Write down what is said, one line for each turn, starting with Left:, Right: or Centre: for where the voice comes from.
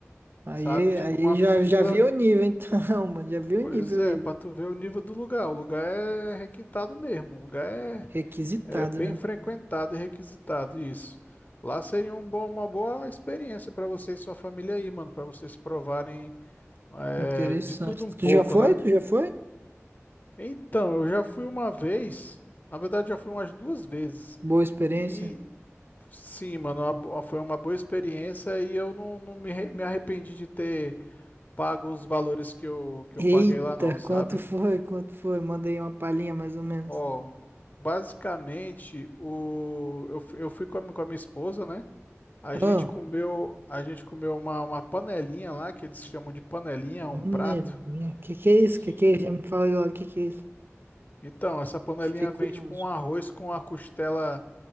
Right: Aí,
Left: Sabe? Fica
Right: aí
Left: uma fila.
Right: já, já vi o nível, então, <laughs> mano. Já vi
Left: Pois
Right: o nível
Left: é,
Right: aí.
Left: pra tu ver o nível do lugar. O lugar é requintado mesmo. O lugar é
Right: Requisitado,
Left: É bem
Right: né?
Left: frequentado e requisitado isso. Lá seria um bom- uma boa experiência para você e sua família aí, mano, para vocês provarem é,
Right: Interessante.
Left: de tudo um pouco,
Right: Tu já foi?
Left: né?
Right: Tu já foi?
Left: Então, eu já fui uma vez, na verdade, já fui umas duas vezes.
Right: Boa experiência.
Left: E sim, mano, uma bo- foi uma boa experiência e eu não, não me, arre- me arrependi de ter pago os valores que eu, que
Right: Eita,
Left: eu paguei lá, não, sabe?
Right: quanto foi? Quanto foi? Mandei uma palhinha mais ou menos.
Left: Ó, basicamente, o, eu, fui- eu fui com a, mi- com a minha esposa, né? A gente
Right: Ah.
Left: comeu, a gente comeu uma, uma panelinha lá, que eles chamam de panelinha,
Right: Panelinha.
Left: um prato,
Right: Que que é isso?
Left: que...
Right: Que que é isso? Já me fala agora, que que é isso?
Left: Então, essa panelinha
Right: Fiquei curioso.
Left: vem tipo um arroz com a costela